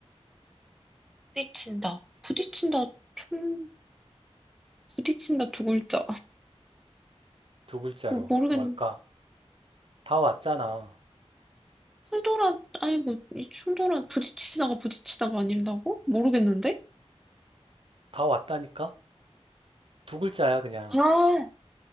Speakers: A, in the centre; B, on the right.
A: 부딪힌다. 부딪힌다. 총 부딪힌다 두 글자.
B: 두 글자로.
A: 어, 모르겠네.
B: 뭘까? 다 왔잖아.
A: 충돌한, 아니 뭐, 이 충돌한, 부딪히다가 부딪히다가 아닌다고? 모르겠는데?
B: 다 왔다니까? 두 글자야, 그냥.
A: 아,